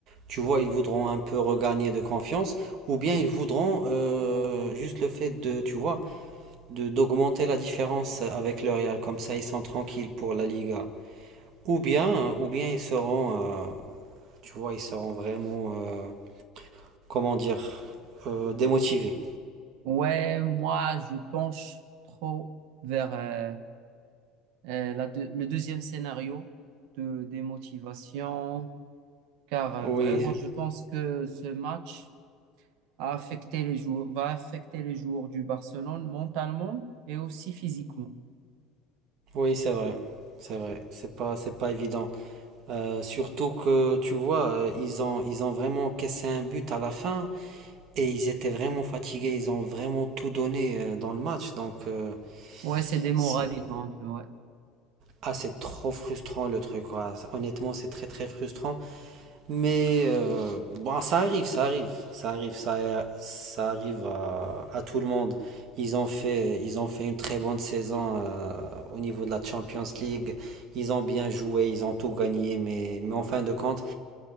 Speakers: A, on the right; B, on the right.
A: tu vois ils voudront un peu regagner de confiance ou bien ils voudront euh, juste le fait de tu vois de d'augmenter la différence avec le Real comme ça ils sont tranquilles pour la Liga. Ou bien ou bien ils seront euh, tu vois ils seront vraiment euh, comment dire, euh, démotivé.
B: Ouais, moi je penche trop vers euh, euh, la deux- le deuxième scénario de démotivation, car euh,
A: Oui,
B: vraiment je pense que ce match a affecté les joueurs, va affecter les joueurs du Barcelone mentalement et aussi physiquement.
A: oui, c'est vrai. C'est vrai, c'est pas, c'est pas évident. Euh, surtout que, tu vois, euh, ils ont, ils ont vraiment cassé un but à la fin et ils étaient vraiment fatigués, ils ont vraiment tout donné euh, dans le match. Donc, euh,
B: Ouais, c'est démoralisant
A: c'est,
B: un peu, ouais.
A: ah, c'est trop frustrant le truc, quoi. Honnêtement, c'est très très frustrant. Mais euh, bon, ça arrive, ça arrive, ça arrive, ça, ça arrive à, à tout le monde. Ils ont fait, ils ont fait une très bonne saison euh, au niveau de la Champions League. Ils ont bien joué, ils ont tout gagné, mais, mais en fin de compte,